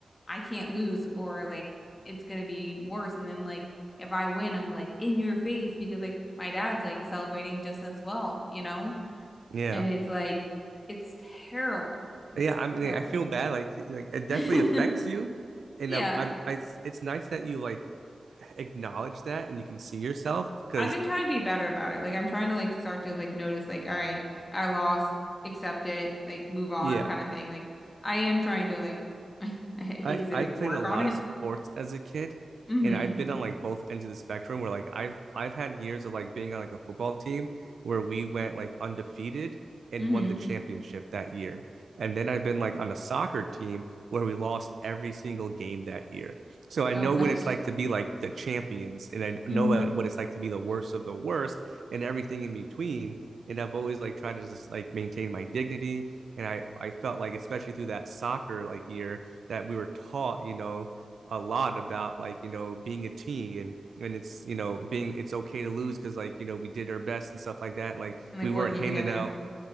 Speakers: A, on the left; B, on the right.
A: I can't lose, or like it's gonna be worse. And then like if I win, I'm like in your face because like my dad's like celebrating just as well, you know?
B: Yeah.
A: And it's like, it's terrible. It's
B: Yeah, I mean
A: terrible.
B: I feel bad like like it
A: <laughs>
B: definitely affects you and
A: Yeah.
B: um I'm I it's nice that you like acknowledge that and you can see yourself because
A: I've been trying to be better about it. Like I'm trying to like start to like notice like, all right, I lost, accept it, like move on
B: yeah,
A: kind of thing. Like I am trying to like <laughs> I, I hate
B: I
A: to say
B: I
A: like
B: played
A: work
B: a lot
A: on it.
B: of sports as a kid,
A: Mm-hmm.
B: and I've been on like both ends of the spectrum where like I've I've had years of like being on like a football team where we went like undefeated and
A: Mm-hmm.
B: won the championship that year. And then I've been like on a soccer team where we lost every single game that year. So I
A: Oh
B: know
A: gosh.
B: what it's like to be like the champions, and I know
A: Mm-hmm.
B: what it's like to be the worst of the worst and everything in between. And I've always like tried to just like maintain my dignity. And I I felt like especially through that soccer like year, that we were taught, you know, a lot about like, you know, being a team and and it's you know being it's okay to lose because like you know we did our best and stuff like that like
A: And like
B: we weren't
A: working
B: handed
A: together.
B: out